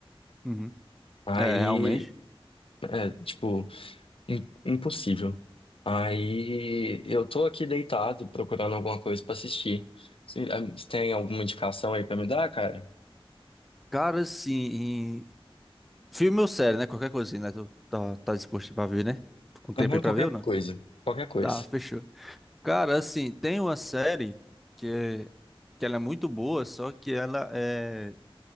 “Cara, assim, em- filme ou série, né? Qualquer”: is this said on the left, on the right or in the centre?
Centre